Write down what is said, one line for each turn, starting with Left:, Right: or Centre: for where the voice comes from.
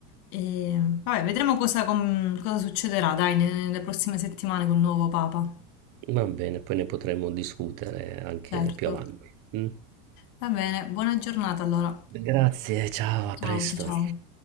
Left: E, vabbè, vedremo cosa, com- cosa succederà, dai, ne- nelle prossime settimane col nuovo Papa.
Right: Va bene, poi ne potremo discutere anche
Left: Certo.
Right: più avanti. mm?
Left: Va bene, buona giornata allora.
Right: Grazie, ciao, a presto.
Left: Ciao, ciao, ciao.